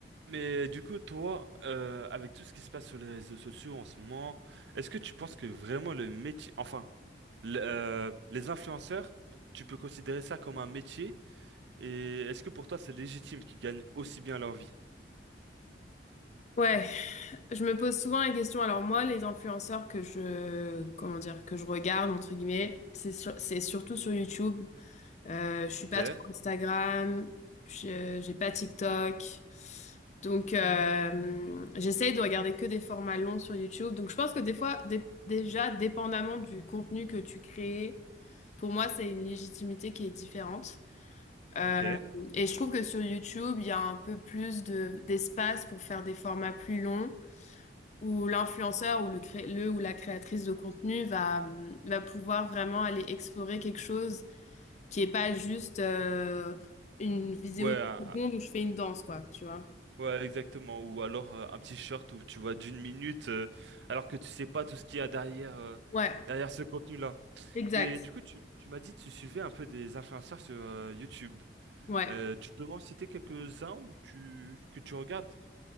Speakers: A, on the right; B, on the left.
A: Mais du coup, toi, euh, avec tout ce qui se passe sur les réseaux sociaux en ce moment, est-ce que tu penses que vraiment le métier, enfin, le- euh, les influenceurs, tu peux considérer ça comme un métier? Et est-ce que pour toi, c'est légitime qu'ils gagnent aussi bien leur vie?
B: Ouais, je me pose souvent la question. Alors moi, les influenceurs que je, comment dire, que je regarde entre guillemets, c'est sur- c'est surtout sur YouTube. Euh, je suis
A: Ok,
B: pas trop Instagram, je- j'ai pas TikTok, donc euh, j'essaye de regarder que des formats longs sur YouTube. Donc je pense que des fois, dé- déjà, dépendamment du contenu que tu crées, pour moi, c'est une légitimité qui est différente. Euh,
A: ok.
B: et je trouve que sur YouTube, il y a un peu plus de d'espace pour faire des formats plus longs où l'influenceur ou le, cré- le ou la créatrice de contenu va, va pouvoir vraiment aller explorer quelque chose qui est pas juste euh, une vidéo
A: Ouais,
B: de
A: un-
B: seconde où je fais une danse, quoi, tu vois.
A: ouais, exactement. Ou alors euh, un petit short où tu vois d'une minute, euh, alors que tu sais pas tout ce qu'il y a derrière, euh,
B: Ouais,
A: derrière ce contenu-là.
B: exact.
A: Mais du coup, tu, tu m'as dit que tu suivais un peu des influenceurs sur euh, YouTube.
B: Ouais.
A: Euh, tu peux m'en citer quelques-uns ou tu, que tu regardes?